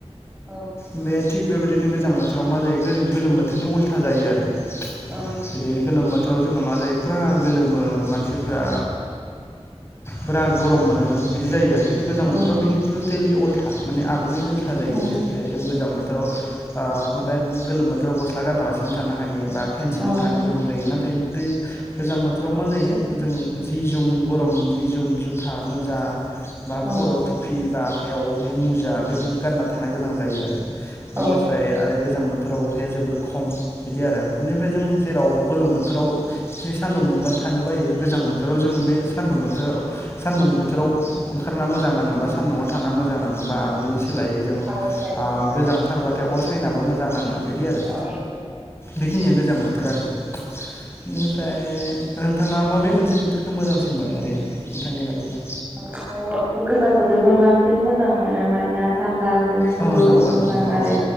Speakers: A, on the right; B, on the left.
A: औ
B: बे थिग बेबायदिनो गोजां बोथोराव मा जायो गोलोम बोथोरनि उल्था जायो आरो
A: उम
B: जेरै गोलोम बोथोराव जोङो मा जायो फुरा गोलोमो मानसिफ्रा पुरा गरम मोनो बिदि जायो आरो खिन्थु गोजां बोथोराव
A: उम
B: बेनि टटेलि उल्था माने आ उल्था
A: उम
B: जायो जेरैहाय जों गोजां बोथोराव माबाया गोलोम बोथोराव गस गसला गानालासिनो थानो हायो बा फेन सिङाव
A: उम
B: थानो गोनां जायो ना नाथाय बे गोजां बोथोराव मा जायो जों जि जोम गरम जि जोम जुथा मुजा बा
A: औ
B: खर'आव थुफि बा आखाइयाव बे मुजा बेफोरखौ गानना थानो गोनां जायो आरो बेनिफ्राय
A: औ
B: आरो गोजां बोथोराव अखाया जोबोर खम बिदि आरो बेनिफ्राय जों जेराव गोलोम बोथोराव सान्दुं दुंबानो थानो बायो गोजां बोथोराव जोङो बे सान्दुं बोथोराव सान्दुं बोथोराव ओंख ना मोजां नाङो बा सानदुंआव थाना मोजां नाङोबा बेनि सोलायै जों
A: सान्दुं सायनो मोजां
B: गोजांथारबाथाय
A: नाङो
B: अर सायनाबो मोजां नाङो बिदि आरो
A: औ
B: बेखिनिया गोजां बोथोर आरो बेनिफ्राय नोंथाङा माबे मोनसे बोथोरखौ मोजांसिन मोनो ओरैनो नोंथांनि बादिबा
A: अ थ' गोजां बोथोरखौनो बांसिन मोजां मोनो मानोना थानदा गुसु
B: औ नंगौ
A: मोजां
B: नंगौ
A: नालाय
B: औ